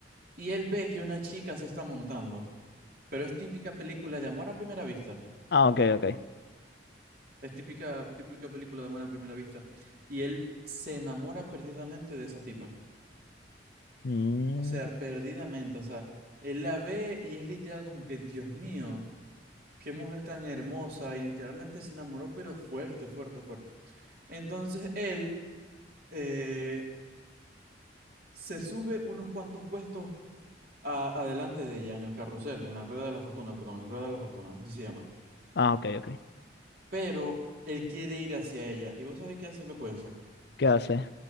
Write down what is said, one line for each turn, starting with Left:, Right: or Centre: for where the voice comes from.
Right: Y él ve que una chica se está montando, pero es típica película de amor a primera vista.
Left: Ah, ok, ok.
Right: Es típica, típica película de amor a primera vista. Y él se enamora perdidamente de esa tipa.
Left: Mm,
Right: O sea, perdidamente. O sea, él la ve y es literal como que, Dios mío, qué mujer tan hermosa. Y literalmente se enamoró, pero fuerte, fuerte, fuerte. Entonces él eh, se sube unos cuantos puestos a- adelante de ella en el carrusel, en la rueda de la fortuna, perdón, en la rueda de la fortuna, así se llama.
Left: ah, ok, ok.
Right: Pero él quiere ir hacia ella. ¿Y vos sabés qué hace el loco ese?
Left: ¿Qué hace?